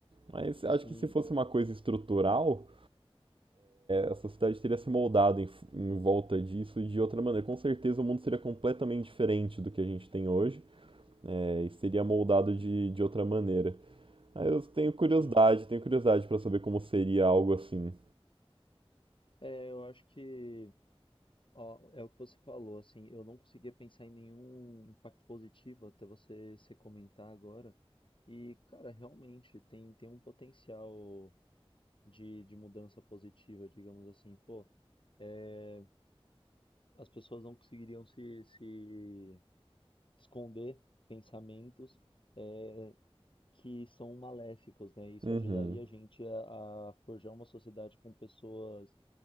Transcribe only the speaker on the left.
Sim,
sim.
É, eu acho que Ó, é o que você falou, assim, eu não conseguia pensar em nenhum impacto positivo até você se comentar agora. E, cara, realmente tem, tem um potencial de, de mudança positiva, digamos assim. Pô, é, as pessoas não conseguiriam se, se esconder pensamentos é, que são maléficos, né? Isso
ajudaria a gente a, a forjar uma sociedade com pessoas